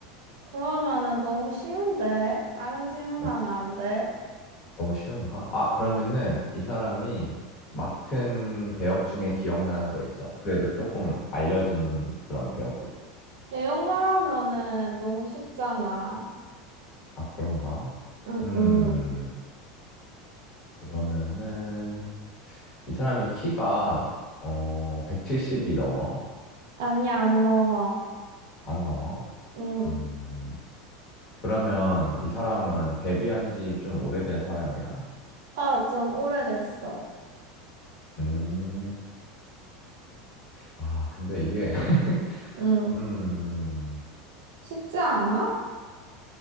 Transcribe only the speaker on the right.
그러면은 너무 쉬운데? 다른 질문하면
안 돼?
내용 말하면은 너무 쉽잖아.
응,
응.
아니, 안 넘어.
음.
어, 좀 오래됐어.
음.
쉽지 않아?